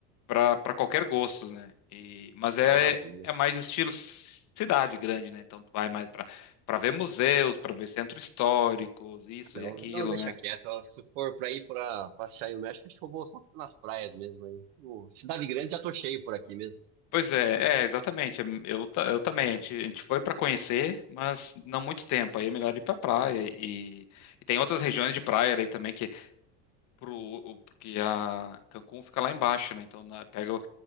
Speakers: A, on the left (about 45°); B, on the right (about 75°).
A: para para qualquer gosto, né? E, mas é,
B: Maravilha.
A: é mais estilo cidade grande, né? Então, tu vai mais para para ver museus, para ver centros históricos, isso
B: Não,
A: e aquilo,
B: não, deixa
A: né?
B: quieto. Ó, Se for pra ir pra passear aí no México, acho que eu vou só nas praias mesmo aí. O Cidade Grande já tô cheio por aqui mesmo.
A: Pois é, é exatamente. é, Eu, ta- eu também. A gente, a gente foi para conhecer, mas não muito tempo. Aí é melhor ir para praia. E, e tem outras regiões de praia aí também que pro, o- porque a Cancún fica lá embaixo, né? Então na- pega o,